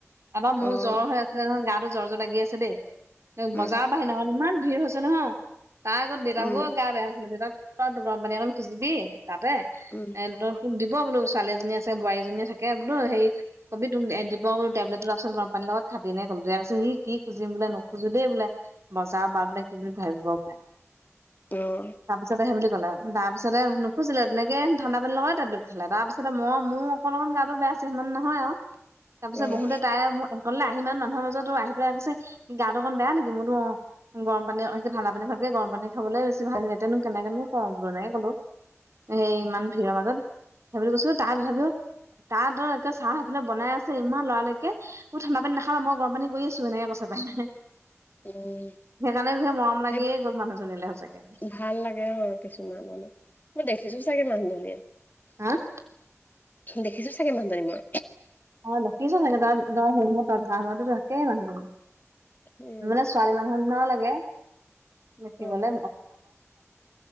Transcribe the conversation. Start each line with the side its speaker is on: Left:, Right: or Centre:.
Right: এবাৰ মোৰ
Left: অ',
Right: জ্বৰ হৈ আছিলে ন গাটো জ্বৰ জ্বৰ লাগি আছে দেই
Left: উম,
Right: বজাৰ বাঢ়ি নহয় ইমান ভিৰ হৈছে নহয় তাৰ আগত দেউতাককো
Left: উম,
Right: গা বেয়াাই আছিলে দেউতাক গৰম পানী অকমান খুজিবি তাতে
Left: উম
Right: এ তোক দিব বোলো ছোৱালীজনী আছে বোৱাৰীজনী থাকে বোলো সেই কবি তোক দিব কলো টেবলেট টোপচোন গৰমানীৰ লগত খাটি নে কলো দেয়া সি খুজিম বোলে নোখোজো দেই বোলে বজাৰ বা বোলাক কি বুলি ভাবিব বাই
Left: অ',
Right: তাৰপিছতে সে বুলি কলে তাৰ পিছতে নুখোজিলে তেনেকে ঠাণ্ডা পানী লগাই টেবলেট খালে তাৰপিছতে মই মোৰ অক অকণ গাাতটো বেয়া সিমান নহয় আৰু তাৰ পিছত
Left: অ',
Right: বহুতে তাই মোৰ কলে আহি ইমান মানুহৰ মাজতো আহি পেলাই আ কৈছে গা অকন বেয়া নেকি মোৰতো অ গৰম পানী অ কি ঠাণ্ডা পানী ভাবি গৰম পানী খাবলৈ বেছি ভাল এতিয়ানো কেনেকো কও অ বুলি এনেকে কলো সেই ইমান ভিৰৰ মাজত সেই বুলি কৈছো তাত তথাবিও ত এনেকে চাহ সেইফালে বনাই আছে ইমান লৰালৰিকে ঠাণ্ডা পানী নাখাবা মই গৰম পানী কৰি আছো এনে কৈছে পালে
Left: <inaudible>
Right: সেইকাৰণে বিষ মৰম লাগিয়ে
Left: সেই
Right: গ'ল মানুহজনীলৈ সচাকে
Left: ভাল লাগে অ', কিছুমান মানুহ। মই দেখিছো চাগে মানুহজনী,
Right: <unintelligible>
Left: দেখিছো চাগে মানুজনী মই
Right: <unintelligible>
Left: উম,
Right: মানে ছোৱালী মানুহ নিচিনাও লাগে দেখিবলৈ।
Left: অ'।